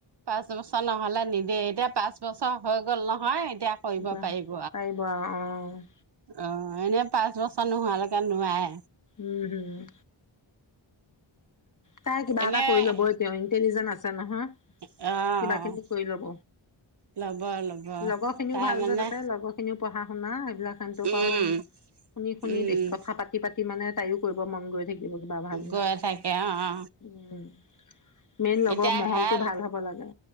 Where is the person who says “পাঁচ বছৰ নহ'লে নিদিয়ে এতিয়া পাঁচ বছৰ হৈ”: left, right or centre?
Right